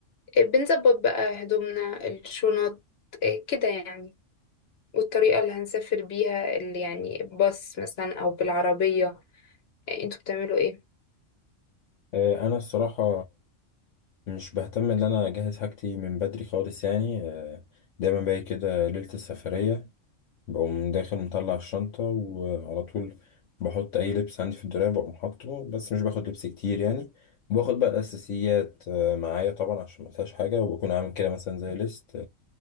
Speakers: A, on the left (about 50°); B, on the left (about 70°).
A: بنظبط بقى هدومنا الشنط آه، كده يعني والطريقة اللي هنسافر بيها اللي يعني باص مثلا أو بالعربية آه، انتوا بتعملوا ايه؟
B: آه، أنا الصراحة مش بهتم إن أنا أجهز حاجتي من بدري خالص يعني آه، دايما باجي كده ليلة السفرية بقوم داخل مطلع الشنطة وعلى طول بحط أي لبس عندي في الدولاب بقوم حاطه بس مش باخد لبس كتير يعني وباخد بقى الأساسيات آه، معايا طبعا عشان ما انساش حاجة وبكون عامل كده مثلا زي ليست